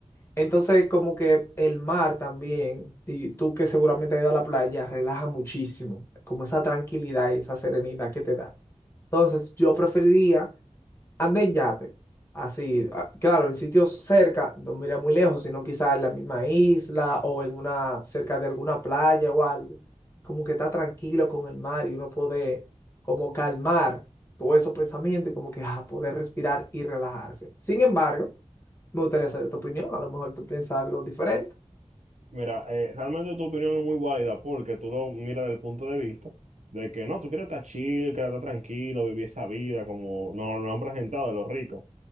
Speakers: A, on the left; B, on the right.
A: Entonces, como que el mar también, y tú que seguramente has ido a la playa, relaja muchísimo, como esa tranquilidad y esa serenidad que te da. Entonces, yo preferiría Ande en yate, así, a- claro, en sitios cerca, no mira muy lejos, sino quizás en la misma isla o en una, cerca de alguna playa o algo, como que está tranquilo con el mar y uno puede como calmar todos esos pensamientos y como que ah, poder respirar y relajarse. Sin embargo, me gustaría saber tu opinión, a lo mejor tú piensas algo diferente.
B: Mira, eh, realmente tu opinión es muy válida porque tú lo miras desde el punto de vista de que no, tú quieres estar chill, quieres estar tranquilo, vivir esa vida como nos lo han presentado de los ricos.